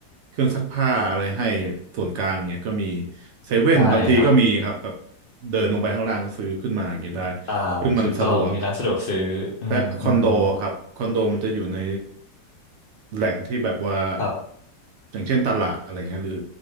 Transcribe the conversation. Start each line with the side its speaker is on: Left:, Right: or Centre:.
Right: เครื่องซักผ้าอะไรให้ส่วนกลางเงี้ยก็มีเซเว่นบางทีก็มีครับแบบ
Left: ใช่ครับ
Right: เดินลงไปข้างล่างก็ซื้อขึ้นมาอย่างเงี้ยได้
Left: อ่าถูกต้อง
Right: ซึ่งมันสะดวก
Left: มีร้านสะดวกซื้ออืมอืม
Right: และคอนโดครับคอนโดมันจะอยู่ในแหล่งที่แบบว่า
Left: ครับ
Right: อย่างเช่นตลาดอะไรเงี้ยหรือ